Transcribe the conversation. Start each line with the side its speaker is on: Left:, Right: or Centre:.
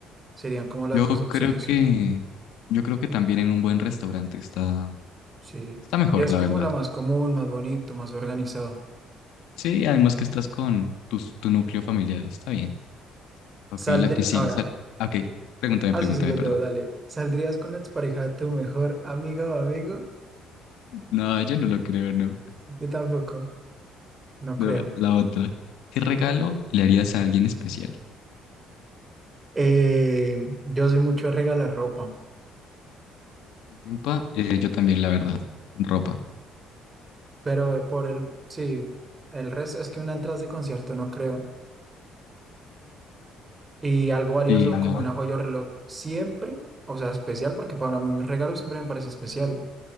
Right: serían como las
Left: Yo
Right: dos opciones.
Left: creo que, yo creo que también en un buen restaurante está,
Right: Sí,
Left: está mejor,
Right: y es
Left: la
Right: como
Left: verdad.
Right: la más común, más bonito, más organizado.
Left: Sí, además que estás con tus- tu, núcleo familiar, está bien. Ok,
Right: Saldría,
Left: la que sigue.
Right: ahora,
Left: sal- Ok, pregúntame,
Right: así
Left: pregúntame,
Right: sigo
Left: perdón.
Right: yo, dale.
Left: <laughs>
Right: ¿Saldrías con la expareja de tu mejor amiga o amigo?
Left: No, yo no lo creo, no.
Right: Yo tampoco, no
Left: No,
Right: creo.
Left: la otra. ¿Qué regalo le harías a alguien especial?
Right: Eh, yo soy mucho de regalar ropa,
Left: Ropa, eh, yo también, la verdad. Ropa.
Right: pero por el, sí, el resto es que una entrada de concierto no creo. Y algo valioso
Left: Sí, no.
Right: como una joya o reloj, siempre, o sea, especial, porque para mí un regalo siempre me parece especial.